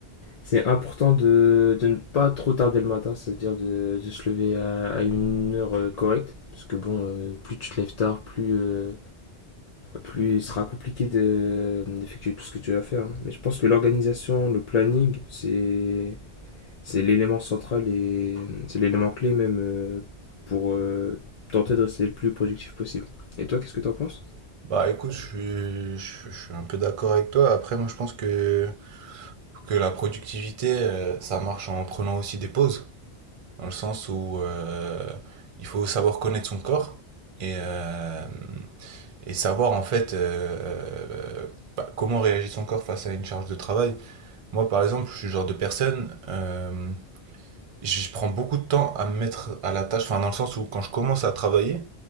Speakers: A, on the left (about 45°); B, on the right (about 40°).
A: c'est important de, de ne pas trop tarder le matin, c'est-à-dire de, de se lever à, à une heure euh, correcte. Parce que bon, euh, plus tu te lèves tard, plus, euh, plus il sera compliqué de- d'effectuer tout ce que tu vas faire. hein. Mais je pense que l'organisation, le planning, c'est c'est l'élément central et c'est l'élément clé même euh, pour euh, tenter de rester le plus productif possible. Et toi, qu'est-ce que t'en penses
B: Bah écoute, je suis, je, je suis un peu d'accord avec toi. Après, moi je pense que que la productivité, euh, ça marche en prenant aussi des pauses, dans le sens où euh, il faut savoir connaître son corps et, euh, et savoir en fait euh, euh, bah, comment réagit son corps face à une charge de travail. Moi, par exemple, je suis le genre de personne, euh, je prends beaucoup de temps à me mettre à la tâche, enfin dans le sens où quand je commence à travailler,